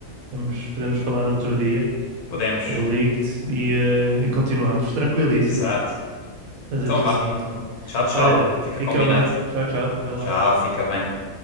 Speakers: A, on the right; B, on the left.
A: Podemos, podemos falar no outro dia.
B: Podemos,
A: Eu ligo-te e, eh, e continuamos. Tranquilíssimo.
B: exato.
A: Fazemos
B: Então vá,
A: assim, então.
B: tchau, tchau.
A: Olha,
B: Fica
A: fica
B: combinado.
A: bem. Tchau, tchau. Até logo.
B: Tchau, fica bem.